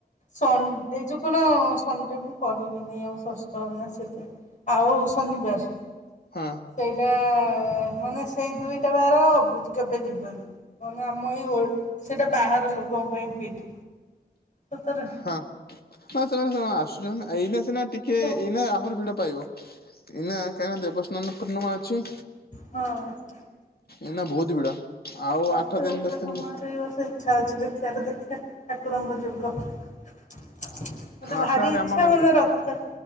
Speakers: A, on the left; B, on the left.
A: ସଣ୍ଡେ ଯୋଗୁ ନା ସଣ୍ଡେ ମୁଁ କହିବିନି ଆଉ ଶସୁରଙ୍କ ନା ସେଇଥିରେ ଆଉ ଶନିବାର
B: ହଁ।
A: ସେଇଟା ମାନେ ସେଇ ଦୁଇଟା ବାର ବୁ କେବେ ଯିବନି ମାନେ ଆମ ଏଇ ଓ ସେଇଟା ବାହାର ଲୋକଙ୍କ ପାଇଁ ଫିଟ୍। ସତରେ?
B: ହଁ ହ ସେମାନେ ମାନେ ଆସୁଛନ୍ତି ଏଇନା ସିନା ଟିକେ
A: ସବୁ
B: ଏଇନା ଆହୁରି ଭିଡ ପାଇବ ଏଇନା କାହିଁକ ନା ଦେବସ୍ନାନ ପୂର୍ଣ୍ଣିମା ଅଛି
A: ହଁ।
B: ଏଇନା ବହୁତ ଭିଡ। ଆଉ
A: ରଥଯାତ୍ରା
B: ଆଠ ଦିନ ଦଶ
A: ସମୟରେ
B: ଦିନ
A: ଏଇ ବର୍ଷ ଇଚ୍ଛା ଅଛି ଦେଖିବାକୁ ଦେଖିବା ଠାକୁରଙ୍କ ଯୋଗ। ମତେ ଭାରି
B: ଆସ
A: ଇଚ୍ଛା
B: ଆମ ଗାଁକୁ
A: ମାନେ ରଥ